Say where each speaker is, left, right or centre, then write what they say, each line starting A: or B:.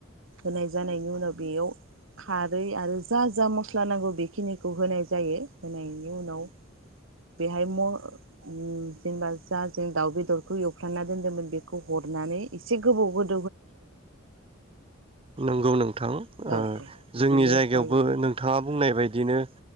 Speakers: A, on the right; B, on the right.
A: होनाय जानायनि उनाव बेयाव खारै आरो जा जा मस स्ला नांगौ बेखिनिखौ होनाय जायो होनायनि उनाव बेहाय म ओ जेनबा जा जों दाउ बेदरखौ एवफ्रामना दोनदोंमोन बेखौ हरनानै एसे गोबाव गोद
B: नंगौ नोंथां ओ
A: औ बिदिनो
B: जोंनि जायगायावबो
A: जायो
B: नोंथाङा बुंनाय बायदिनो